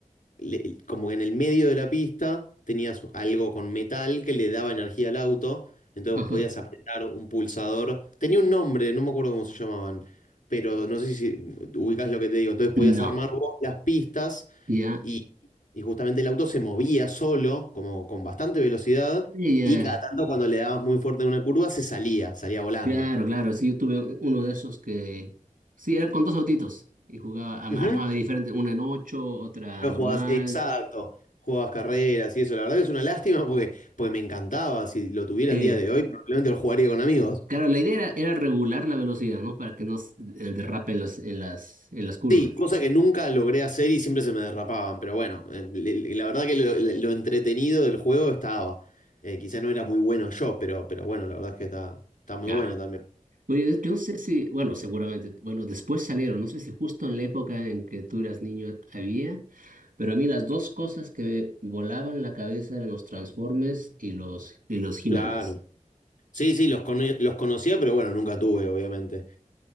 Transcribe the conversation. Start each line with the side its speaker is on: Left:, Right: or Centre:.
Left: le- como que en el medio de la pista tenías algo con metal que le daba energía al auto, entonces
Right: Ajá.
Left: vos podías apretar un pulsador, tenía un nombre, no me acuerdo cómo se llamaban, pero no sé si ubicás lo que te digo, entonces podías
Right: No,
Left: armar vos las pistas.
Right: ya,
Left: Y, y justamente el auto se movía solo, como con bastante velocidad,
Right: ya.
Left: y cada tanto cuando le dabas muy fuerte en una curva se salía, salía volando.
Right: Claro, claro, sí, yo tuve u- uno de esos que, sí, eran con dos autitos y jugaba, am-
Left: Ujú.
Right: armaba diferente, una en ocho, otra
Left: Pero
Right: normal.
Left: jugabas, exacto, jugabas carreras y eso. La verdad que es una lástima porque, porque me encantaba. Si lo tuviera
Right: eh,
Left: el día de hoy, probablemente lo jugaría con amigos.
Right: Claro, la idea era, era regular la velocidad, ¿no? Para que no s- eh, derrape en las, en las, en las curvas.
Left: Sí, cosa que nunca logré hacer y siempre se me derrapaban, pero bueno, eh, le- le- la verdad que lo, lo entretenido del juego estaba. Eh, quizá no era muy bueno yo, pero, pero bueno, la verdad es que está, está muy
Right: Ya.
Left: bueno también.
Right: Oye, yo no sé si, bueno, seguramente, bueno, después salieron, no sé si justo en la época en que tú eras niño había, pero a mí las dos cosas que me volaban la cabeza eran los Transformers y los, y los He-Manes.
Left: Claro. Sí, sí, los, cono- los conocía, pero bueno, nunca tuve, obviamente.